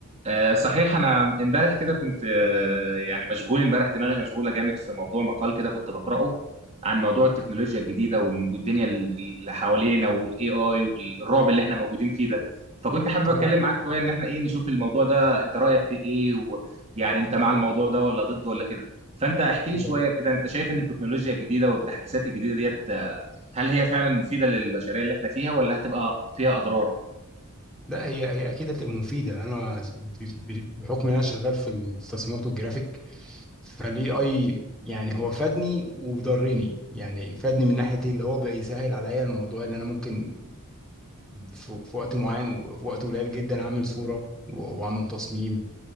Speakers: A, on the right; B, in the centre.
A: آه، صحيح انا امبارح كده كنت آه، يعني مشغول امبارح دماغي مشغوله جامد في موضوع مقال كده كنت بقراه عن موضوع التكنولوجيا
B: أيوة.
A: الجديده وال- والدنيا ال- اللي حوالينا والاي اي والرعب اللي احنا موجودين فيه ده فكنت حابب اتكلم
B: اه
A: معاك شويه ان احنا ايه نشوف الموضوع ده انت رايك فيه ايه ويعني انت مع الموضوع ده ولا ضده ولا كده فانت احكي لي
B: هو
A: شويه كده انت شايف ان التكنولوجيا الجديده والتحديثات الجديده ديت آه، هل هي فعلا مفيده للبشريه اللي احنا فيها ولا هتبقى فيها اضرار
B: لا هي هي اكيد هتبقى مفيده انا ب- ب- بحكم ان انا شغال في التصميمات والجرافيك فالاي اي يعني هو فادني وضرني يعني فادني من ناحيه إيه؟ اللي هو بقى يسهل عليا الموضوع اللي انا ممكن في, في وقت معين وفي وقت قليل جدا اعمل صوره و- واعمل تصميم